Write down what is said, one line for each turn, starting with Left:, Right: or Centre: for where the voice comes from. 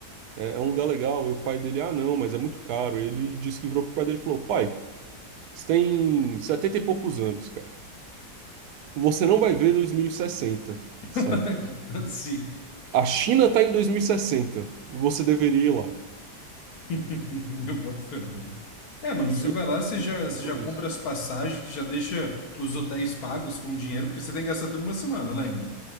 Right: É, é um lugar legal. E o pai dele, ah, não, mas é muito caro. Ele disse que virou pro pai dele e falou: pai, você tem 70 e poucos anos, cara. Você não vai ver 2060,
Left: <laughs>
Right: sabe?
Left: Sim.
Right: A China está em 2060. Você deveria ir lá.
Left: <laughs> Eu boto fé, velho. É, mano,
Right: E
Left: você vai
Right: eu
Left: lá, você
Right: fiquei
Left: já,
Right: pensando
Left: você
Right: sobre
Left: já compra
Right: isso.
Left: as passagens, já deixa os hotéis pagos com dinheiro, porque você tem que gastar tudo numa semana, lembra?